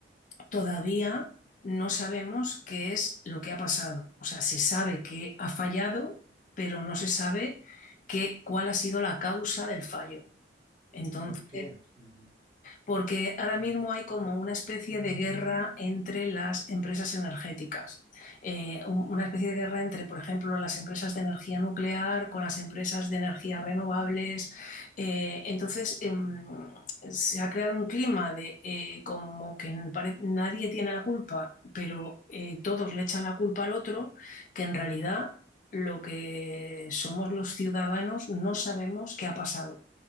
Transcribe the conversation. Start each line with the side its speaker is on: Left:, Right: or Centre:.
Left: todavía no sabemos qué es lo que ha pasado. O sea, se sabe que ha fallado, pero no se sabe que- cuál ha sido la causa del fallo. Entonces,
Right: ¿Por qué? Ujú.
Left: porque ahora mismo hay como una especie de guerra entre las empresas energéticas, Eh, un- una especie de guerra entre, por ejemplo, las empresas de energía nuclear con las empresas de energías renovables. Eh, entonces, em, se ha creado un clima de eh, como que pare- nadie tiene la culpa, pero eh, todos le echan la culpa al otro, que en realidad lo que somos los ciudadanos no sabemos qué ha pasado